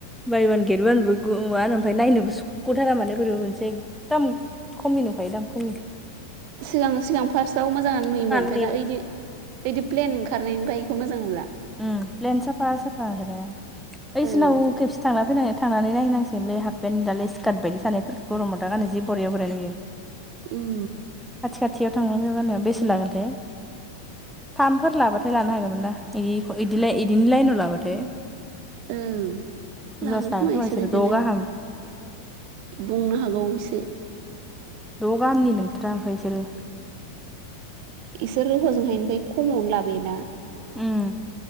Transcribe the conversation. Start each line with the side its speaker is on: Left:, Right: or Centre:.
Centre: बाय अवान गेट अवान बो गुम माहोनो ओमफ्राय नायनोबो सुख'थारा माने बोरैबा मोनसे एकदम खम खमि नुखायो दाम खमि
Right: सिगां सिगां फार्स्टआव मोजाङानो नुयोमोन
Centre: खमि
Right: ओमफ्राय दा ओयदि ओदि प्लेन ओंखारनायनिफ्राय इखौ मोजां मोनला
Centre: ओ प्लेन साफा साफा ओंखारो ओइसिनाव
Right: ओं
Centre: खेबसे थांना फैनानै थांनानै नाय होननांसिगोनलोय हाफपेन्ट दालाय सिखार्ट बायदि सानायफोरखौ दा गरमाव गाननो जि बरिया बरिया नुयो
Right: उम
Centre: खाथि खाथियाव थांलांनायाव गानो बेसे लागोनथाय थामफोर लाबाथाय लानो हागौमोन ना इदि इदिनो लाइनाव लाबाथाय
Right: ओं
Centre: बुरजासो
Right: लागोन खोमा इसोर
Centre: बिसोरो
Right: इदिनो
Centre: द' गाहाम
Right: बुंनो हागौ एसे
Centre: द' गामनि नोंथोरा ओमफ्राय बिसोरो
Right: बिसोर हजोंहायनिफ्राय खमावनो लाबोयोना
Centre: ओम